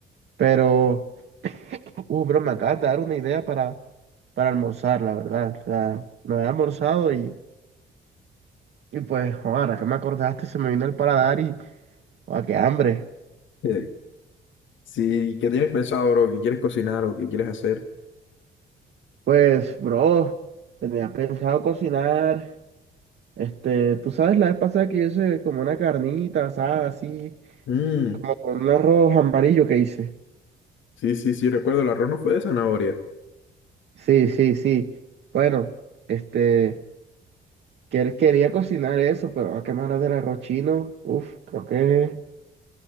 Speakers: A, on the right; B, on the left.
A: Pero, uh, bro, me acabas de dar una idea para, para almorzar, la verdad. O sea, no había almorzado y, y pues, ahora que me acordaste, se me vino el paladar y, ah, qué hambre.
B: eh, sí, ¿qué tienes pensado, bro? ¿Qué quieres cocinar o qué quieres hacer?
A: Pues, bro, tenía pensado cocinar. Este, tú sabes, la vez pasada que yo hice como una carnita asada, así,
B: Mm,
A: como con un arroz amarillo que hice.
B: sí, sí, sí, recuerdo, el arroz no fue de zanahoria.
A: Sí, sí, sí. Bueno, este, que- él quería cocinar eso, pero a qué me hablas del arroz chino. Uf, creo que